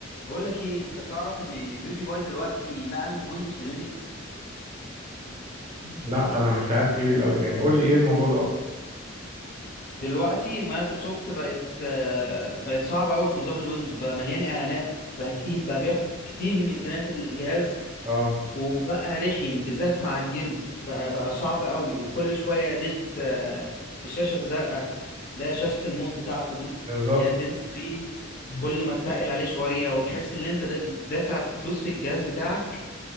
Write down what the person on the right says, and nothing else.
لا انا مش عارف ايه لو يعني قول لي ايه الموضوع ده اصلا
اه
بالظبط
مش